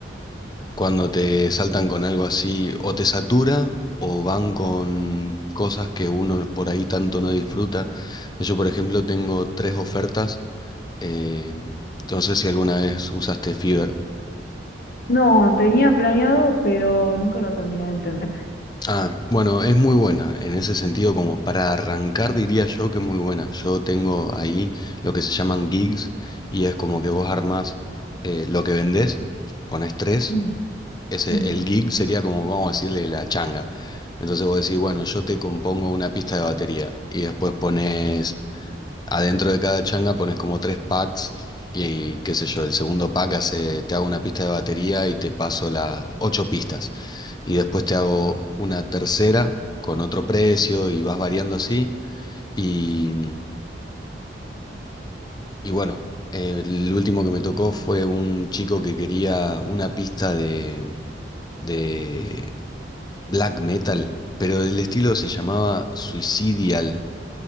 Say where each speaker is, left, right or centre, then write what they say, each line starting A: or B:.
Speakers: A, on the left; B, on the left.
A: cuando te saltan con algo así, o te satura, o van con cosas que uno por ahí tanto no disfruta. Yo, por ejemplo, tengo tres ofertas. eh, no sé si alguna vez usaste Fiverr.
B: No, tenía planeado, pero nunca lo terminé de entender.
A: Ah, bueno, es muy buena. En ese sentido, como para arrancar, diría yo que es muy buena. Yo tengo ahí lo que se llaman gigs y es como que vos armás eh, lo que vendés, pones tres.
B: Mm,
A: ese,
B: mm,
A: el gig sería como, vamos a decirle, la changa. Entonces vos decís, bueno, yo te compongo una pista de batería y después pones, adentro de cada changa pones como tres packs y, qué sé yo, el segundo pack hace, te hago una pista de batería y te paso las ocho pistas. Y después te hago una tercera con otro precio y vas variando así. Y, y bueno, eh, el último que me tocó fue un chico que quería una pista de... de black metal, pero el estilo se llamaba Suicidial